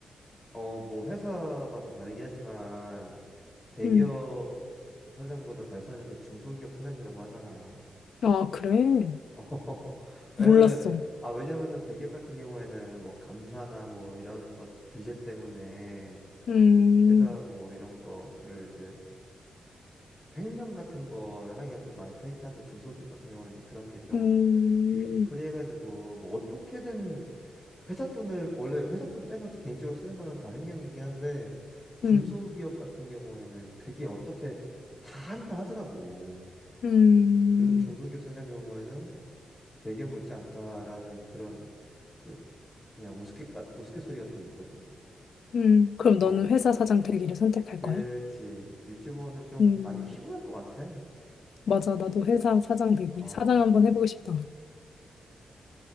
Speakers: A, on the left; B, on the left.
A: 어, 뭐 회사마다 다르긴 하지만 대기업
B: 음.
A: 사장보다 잘 사는 게 중소기업 사장이라고 하잖아.
B: 아, 그래?
A: 어. <laughs> 왜냐면
B: 몰랐어.
A: 아, 왜냐면은 대기업 같은 경우에는 뭐 감사나 뭐 이런 것 규제 때문에
B: 음.
A: 회사 뭐 이런 거를 이제 횡령 같은 걸 하기가 좀 많이 타이트한데 중소기업 같은 경우에는 그런 게 좀
B: 음.
A: 비교적 프리해가지고 뭐 어떻게든 회사 돈을 원래 회사 돈 뺏어서 개인적으로 쓰는 거는 다 횡령이긴 한데 중소기업
B: 음.
A: 같은 경우에는 그게 어떻게 다 한다 하더라고.
B: 음.
A: 그래서 중소기업 사장 경우에는 되게 못지않다라는 그런 그 그냥 우스갯가 우스갯소리 같은 게 있거든.
B: 음. 그럼
A: 어,
B: 너는 회사 사장 되기를 선택할
A: 그치.
B: 거야?
A: 유튜버는 좀
B: 음.
A: 많이 피곤할 것 같아.
B: 맞아. 나도 회사 사장 되기.
A: 어.
B: 사장 한번 해보고 싶다.